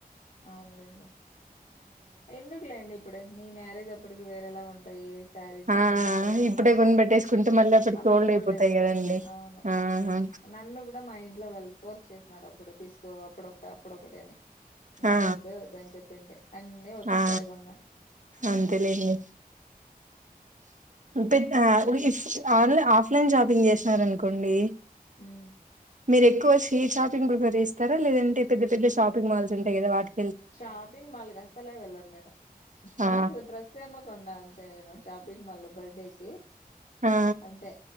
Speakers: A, on the left; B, on the right.
A: ఆవునులేండి ఎందుకులేండి ఇప్పుడె మీ మ్యారేజ్ అప్పటికి వేరేలా ఉంటాయి శారీస్
B: ఆ
A: అంత
B: ఇప్పుడే కొని పెట్టేసుకుంటే మళ్ళీ అప్పటికి
A: అవి ఓల్డ్
B: అయిపోతాయి
A: అయిపోతయి
B: కదండి
A: అవును
B: ఆహా
A: నన్ను గుడ మా ఇంట్లో వాళ్ళు ఫోర్స్ చేసినారు అప్పు ఇప్పుడు తీస్కో అప్పుడు ఒకటి అప్పుడు ఒకటేనే నాకు
B: ఆ
A: వద్దే వద్దని చెప్పిండె అన్నీ ఒకే
B: ఆ
A: సరే కొన్న
B: అంతేలేండి పెద్ద ఆన్లై ఆఫ్లైన్ షాపింగ్ చేస్నారనుకోండి
A: ఉహు
B: మీరు ఎక్కువ స్ట్రీట్ షాపింగ్ ప్రిఫర్ చేస్తారా లేదంటే పెద్ద పెద్ద షాపింగ్ మాల్స్ ఉంటాయి కదా వాటి
A: షాపింగ్ మాల్ అస్సలే వెళ్ళను నేను
B: ఆ
A: ఒక డ్రెస్ ఏమోకొన్న అంతే నేను షాపింగ్ మాల్ లో బర్త్డేకి
B: ఆ
A: అంతే